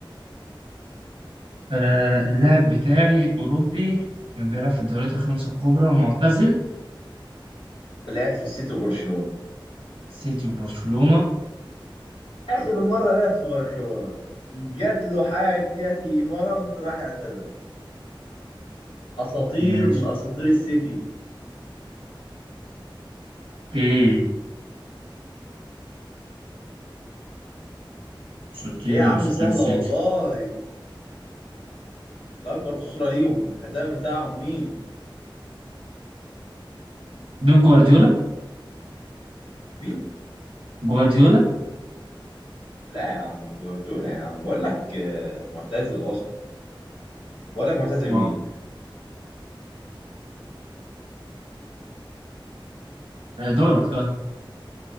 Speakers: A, on the right; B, on the left.
A: آه اللاعب بتاعي أوروبي كان بيلعب في الدوريات الخمسة الكبرى ومعتزل
B: لعب في السيتي وبرشلونة
A: سيتي وبرشلونة
B: اخر مرة لعب في برشلونة جات له حاجتي مرض راح اعتزل اساطير
A: ماشي
B: من اساطير السيتي
A: اوكي اساطير
B: ايه يا
A: من
B: عم
A: اساطير
B: سهلة
A: السيتي
B: والله ده اكبر اسطورة ليهم الهداف بتاعهم مين
A: بيب جوارديولا
B: مين
A: جوارديولا
B: لا يا عم جوارديولا يا عم بقول لك آه، معتزل اصلا بقول لك معتزل
A: ما-
B: مين
A: آه، دورك طيب